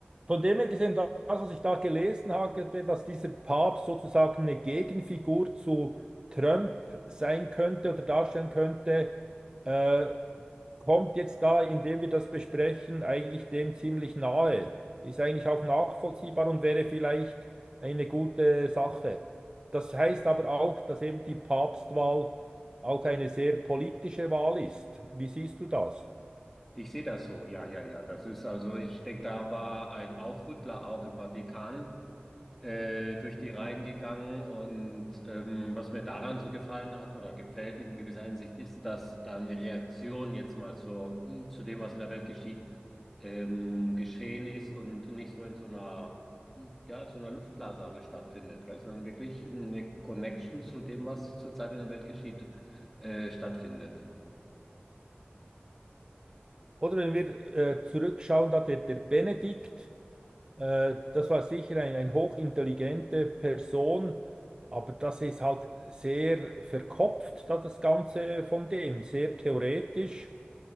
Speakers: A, on the right; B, in the centre.
A: von dem her gesehen, das, was ich da gelesen habe, dass dieser Papst sozusagen eine Gegenfigur zu Trump sein könnte oder darstellen könnte, äh, kommt jetzt da, indem wir das besprechen, eigentlich dem ziemlich nahe. Ist eigentlich auch nachvollziehbar und wäre vielleicht eine gute Sache. Das heißt aber auch, dass eben die Papstwahl auch eine sehr politische Wahl ist. Wie siehst du das?
B: Ich sehe das so, ja, ja, ja. Das ist also, ich denke, da war ein Aufrüttler auch im Vatikan. äh, durch die Reihen gegangen. Und ähm, was mir daran so gefallen hat oder gefällt in gewisser Hinsicht, ist, dass da eine Reaktion jetzt mal zur, zu dem, was in der Welt geschieht, ähm, geschehen ist und nicht so in so einer, hm, ja, in so einer Luftblase alles stattfindet, gell? Sondern wirklich eine Connection zu dem, was zurzeit in der Welt geschieht, äh, stattfindet.
A: Oder wenn wir äh, zurückschauen, da der, der Benedikt, äh, das war sicher ein, ein hochintelligente Person, aber das ist halt sehr verkopft, da das Ganze von dem, sehr theoretisch.